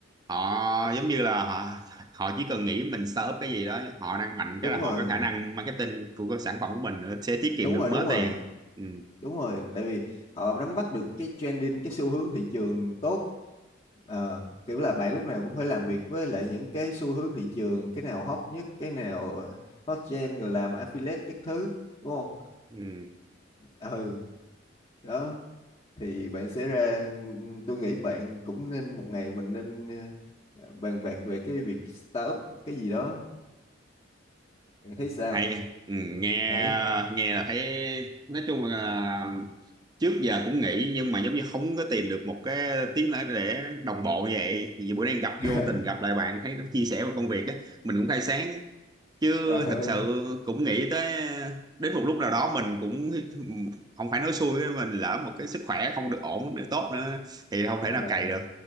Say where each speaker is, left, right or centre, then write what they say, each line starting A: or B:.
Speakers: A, on the right; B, on the left.
A: họ giống như là họ họ chỉ cần nghĩ mình startup cái gì đó họ đang mạnh
B: đúng
A: cái là họ
B: rồi
A: có khả năng marketing của cái sản phẩm của mình nữa, sẽ tiết kiệm
B: đúng
A: được
B: rồi
A: mớ
B: đúng rồi
A: tiền ừ,
B: đúng rồi tại vì họ nắm bắt được cái trending cái xu hướng thị trường tốt Ờ, kiểu là bạn lúc nào cũng phải làm việc với lại những cái xu hướng thị trường cái nào hot nhất cái nào ờ, hot trend rồi làm affiliate các thứ đúng không
A: ừ.
B: ừ đó thì bạn sẽ ra tôi nghĩ bạn cũng nên một ngày mình nên ờ, bàn bạc về cái việc startup cái gì đó bạn thấy sao
A: hay ừ, nghe
B: đấy
A: nghe là thấy nói chung là trước giờ cũng nghĩ nhưng mà giống như không có tìm được một cái tiếng nói để đồng bộ như vậy thì bữa nay gặp
B: <laughs>
A: vô tình gặp lại bạn thấy nó chia sẻ về công việc á mình cũng khai sáng chứ
B: Ờ,
A: thật sự cũng nghĩ tới đến một lúc nào đó mình cũng không phải nói xui với mình lỡ một cái sức khỏe không được ổn được tốt nữa thì không thể
B: ờ.
A: nào cày được